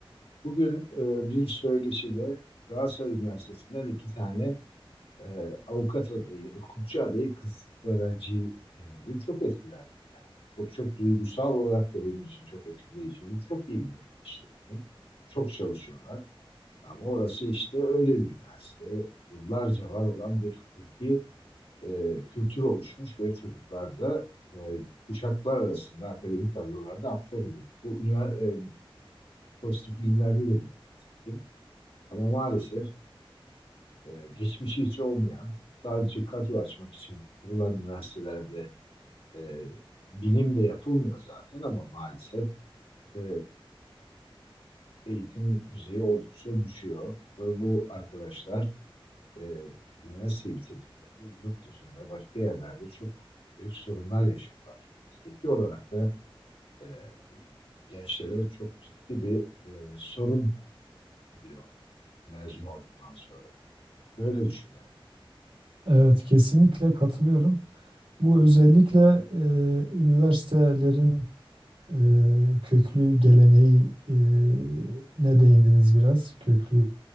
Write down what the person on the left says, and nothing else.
Bugün e, bir söyleşide Galatasaray Üniversitesi'nden iki tane e, avukat adayı ya da hukukçu adayı kız öğrenci dinledim. Çok etkilendim yani. Çok çok duygusal olarak da benim için çok etkileyici. Çok iyi bir işte. Çok çalışıyorlar. Ama orası işte öyle bir üniversite. Yıllarca var olan bir hukuki e, kültür oluşmuş ve çocuklarda e, kuşaklar arasında akademik kadrolarda aktarılıyor. Bu ünivers- e, pozitif bilimlerde de bu nitekim. Ama maalesef e, geçmişi hiç olmayan, sadece kadro açmak için kurulan üniversitelerde e, bilim de yapılmıyor zaten ama maalesef e, eğitim düzeyi oldukça düşüyor. Ve bu arkadaşlar e, üniversiteyi bitirdiklerinde yurt dışında başka yerlerde çok büyük sorunlar yaşıyorlar. Mesleki olarak da e, gençlere çok ciddi bir e, sorun oluyor mezun olduktan sonra. Böyle düşünüyorum.